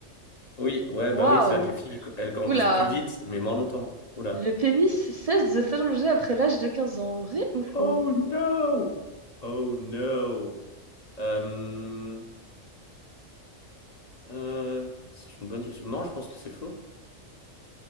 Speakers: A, on the left; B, on the right.
A: Oui, ouais, bah
B: Waouh!
A: oui, c'est vrai que les filles, elles grandissent
B: Oula!
A: plus vite, mais moins longtemps. Oula.
B: Le pénis cesse de s'allonger après l'âge de 15 ans. Vrai ou faux?
A: Oh no! Oh no! Euh, Euh, c'est une bonne question. Non, je pense que c'est faux.